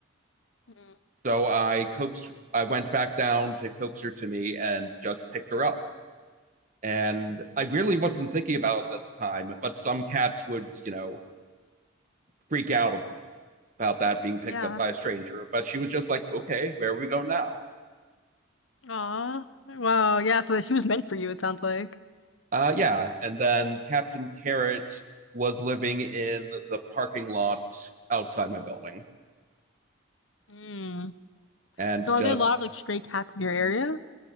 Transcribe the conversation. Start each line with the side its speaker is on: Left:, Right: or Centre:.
Left: hmm
Right: So I coaxed, I went back down to coax her to me and just picked her up. And I really wasn't thinking about it at the time, but some cats would, you know, freak out about that being picked
Left: Yeah.
Right: up by a stranger. But she was just like, okay, where are we go now?
Left: Aw. Wow. Yeah, so that she was meant for you, it sounds like.
Right: Uh, yeah. And then Captain Carrot was living in the parking lot outside my building
Left: Mm.
Right: and
Left: So are
Right: just,
Left: there a lot of like stray cats in your area?